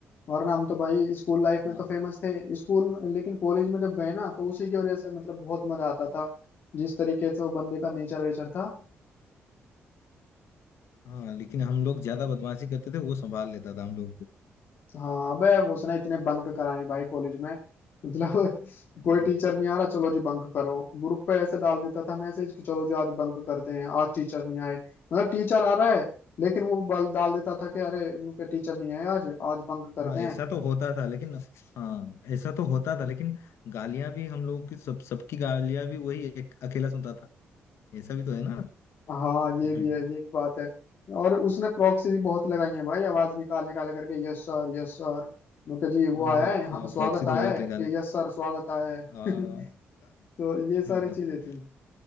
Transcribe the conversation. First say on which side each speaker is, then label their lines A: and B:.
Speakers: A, on the left; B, on the left.
A: वरना हम तो भाई स्कूल लाइफ में
B: हाँ
A: तो फेमस थे स्कूल में- लेकिन कॉलेज में जब गए ना तो उसी की वजह से मतलब बहुत मजा आता था जिस तरीके से वो बंदे का नेचर वेचर था
B: हाँ, लेकिन हम लोग ज्यादा बदमाशी करते थे वो संभाल लेता था हम लोग
A: हाँ अबे वो उसने इतने बंक कराए भाई कॉलेज में मतलब <laughs>
B: को
A: कोई टीचर नहीं आ रहा चलो जी बंक करो ग्रुप पे ऐसे डाल देता था मैसेज कि चलो जी आज बंक करते हैं आज टीचर नहीं आए मतलब टीचर आ रहा है लेकिन वो बल डाल देता था कि अरे इनके टीचर नहीं आए आज आज बंक करते
B: हाँ
A: हैं
B: ऐसा तो होता था लेकिन हाँ ऐसा तो होता था लेकिन गालियां भी हम लोगों की सब सबकी गालियां भी वही एक अकेला सुनता था ऐसा भी तो है ना
A: <laughs> हाँ ये
B: <laughs>
A: भी है ये भी बात है और उसने प्रॉक्सी भी बहुत लगाई है भाई आवाज निकाल निकाल करके यस सर यस सर उनके जी वो
B: हाँ
A: आया है हाँ,
B: हाँ
A: स्वागत
B: प्रॉक्सी तो
A: आया
B: बहुत
A: है
B: है
A: कि
B: गाने
A: यस सर स्वागत आया है
B: हाँ
A: <laughs> तो ये
B: <laughs>
A: सारी चीजें थी